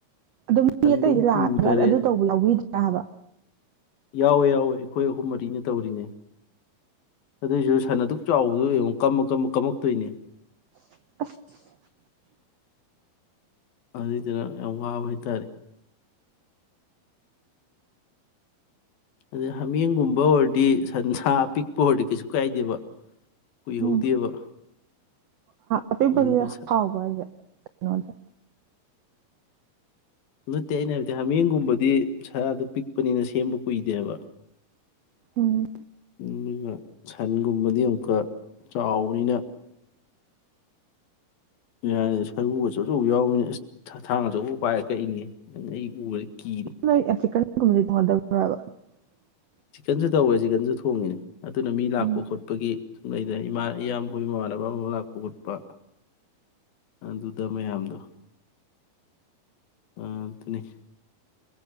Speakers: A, on the right (about 80°); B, on the left (about 70°).
A: ꯑꯗꯨ ꯃꯤ
B: ꯁꯟꯗꯨꯝ
A: ꯑꯇꯩꯗꯤ
B: ꯇꯨꯊꯔꯦ
A: ꯂꯥꯛꯑꯒ ꯑꯗꯨ ꯇꯧꯕ ꯌꯧꯕꯤꯗ꯭ꯔꯥ ꯍꯥꯏꯕ
B: ꯌꯥꯎꯋꯦ ꯌꯥꯎꯋꯦ ꯑꯩꯈꯣꯏ ꯑꯍꯨꯝ ꯃꯔꯤꯅꯤ ꯇꯧꯔꯤꯅꯦ ꯑꯗꯨꯏꯁꯨ ꯁꯟ ꯑꯗꯨꯛ ꯆꯥꯎꯕꯗꯣ ꯌꯦꯡꯉꯣ ꯀꯝꯃ ꯀꯃ ꯀꯝꯃꯛꯇꯣꯏꯅꯦ
A: <inaudible>
B: ꯑꯗꯨꯗꯨꯅ ꯌꯥꯝ ꯋꯥꯕ ꯍꯥꯏꯇꯥꯔꯦ ꯑꯗꯩ ꯍꯥꯃꯦꯡꯒꯨꯝꯕ ꯑꯣꯏꯔꯗꯤ ꯁꯟꯁꯥ ꯑꯄꯤꯛꯄ ꯑꯣꯏꯔꯗꯤ ꯀꯩꯁꯨ ꯀꯥꯏꯗꯦꯕ ꯀꯨꯏꯍꯧꯗꯦꯕ
A: ꯎꯝ ꯑꯄꯤꯛꯄꯗꯤ
B: ꯑꯗꯨꯒ
A: ꯍꯥꯎꯕ ꯍꯥꯏꯁꯦ ꯀꯩꯅꯣꯁꯦ
B: ꯅꯠꯇꯦ ꯑꯩꯅ ꯍꯥꯏꯕꯗꯤ ꯍꯥꯃꯦꯡꯒꯨꯝꯕꯗꯤ ꯁꯥꯔꯗꯨ ꯄꯤꯛꯄꯅꯤꯅ ꯁꯦꯝꯕ ꯀꯨꯏꯗꯦꯕ
A: ꯎꯝ
B: ꯑꯗꯨꯒ ꯁꯟꯒꯨꯝꯕꯗꯤ ꯑꯃꯨꯛꯀ ꯆꯥꯎꯕꯅꯤꯅ ꯌꯥꯔꯦ ꯁꯔꯨ ꯑꯆꯧ ꯑꯆꯧꯕ ꯌꯥꯎꯕꯅꯤ ꯑꯁ ꯊꯥꯡ ꯑꯆꯧꯕ ꯄꯥꯏꯔ ꯀꯛꯏꯅꯦ ꯅꯪ ꯑꯩ ꯎꯕꯗ ꯀꯤꯔꯦ
A: ꯅꯣꯏ ꯆꯤꯛꯀꯟꯒꯨꯝꯕꯗꯤ <unintelligible>
B: ꯆꯤꯛꯀꯟꯁꯨ ꯇꯧꯋꯦ ꯆꯤꯀꯟꯁꯨ ꯊꯣꯡꯉꯤꯅꯦ ꯑꯗꯨꯅ ꯃꯤ ꯂꯥꯛꯄ
A: ꯎꯝ
B: ꯈꯣꯠꯄꯒꯤ ꯂꯩꯗꯅ ꯏꯃꯥ ꯏꯌꯥꯝꯕꯣꯏ ꯃꯃꯥꯟꯅꯕ ꯑꯃ ꯂꯥꯛꯄ ꯈꯣꯠꯄ ꯑꯗꯨꯗ ꯃꯌꯥꯝꯗꯣ ꯑ ꯑꯗꯨꯅꯤ